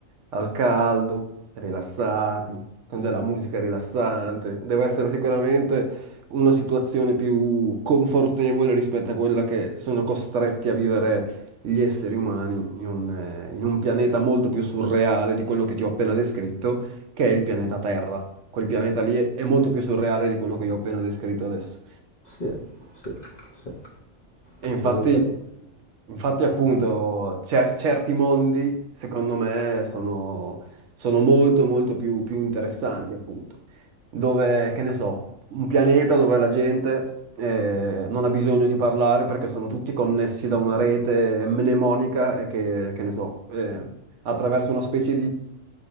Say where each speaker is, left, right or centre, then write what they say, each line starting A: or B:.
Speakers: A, on the right (about 70°); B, on the left (about 40°).
A: al caldo, rilassati, con della musica rilassante. Deve essere sicuramente una situazione più confortevole rispetto a quella che sono costretti a vivere gli esseri umani in un, eh, in un pianeta molto più surreale di quello che ti ho appena descritto, che è il pianeta Terra. Quel pianeta lì è è molto più surreale di quello che io ho appena descritto adesso.
B: Sì, sì, sì,
A: E infatti,
B: sì, esattamente.
A: infatti appunto, cer- certi mondi, secondo me, sono, sono molto, molto più, più interessanti, appunto. Dove, che ne so, un pianeta dove la gente eh, non ha bisogno di parlare perché sono tutti connessi da una rete mnemonica e che, che ne so, eh, attraverso una specie